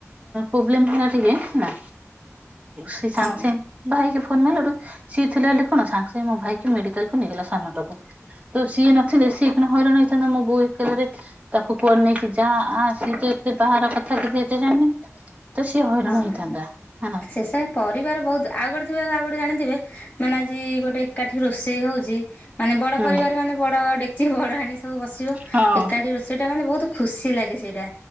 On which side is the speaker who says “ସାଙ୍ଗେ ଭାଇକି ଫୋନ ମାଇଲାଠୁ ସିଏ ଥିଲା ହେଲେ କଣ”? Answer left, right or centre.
Right